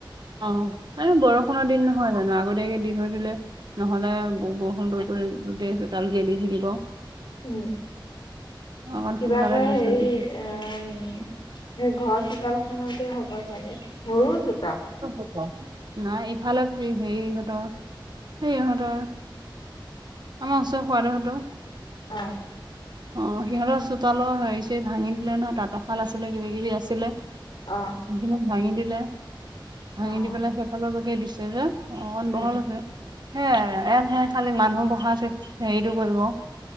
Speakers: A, on the right (about 55°); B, on the left (about 65°).
A: অ' এই বৰষুণৰ দিন নহয় জানো আগতীয়াকে দি থৈ দিলে নহলে বৰষুণ বৈ গৈ দে চোতাল গেলি থাকিব।
B: উম,
A: অকন
B: কিবা
A: সোনকালে
B: কয়
A: দি
B: হেৰি
A: থৈ দিছে।
B: অ' সেই ঘৰ চোতাল খতে হ'ব চাগে সৰু চো
A: অ, <unintelligible> নাই ইফালে হেৰি ইহঁতৰ সেই ইহঁতৰ। আমাৰ ওচৰ খোৱাদো সটো
B: অ
A: অ সিহঁতৰ চোতালৰ হেৰি চ ভাঙি দিলে নহয় তাঁতৰশাল আছিলে কিবি কিবি আছিলে সেইখিন
B: অ',
A: ভাঙি দিলে
B: অ',
A: ভাঙি দি পেলাই সেইফালৰকে দিছে যে অ অণ
B: উম,
A: বহল আছে হে এহে খালি মানুহ বহাচ হেৰিতটো কৰিব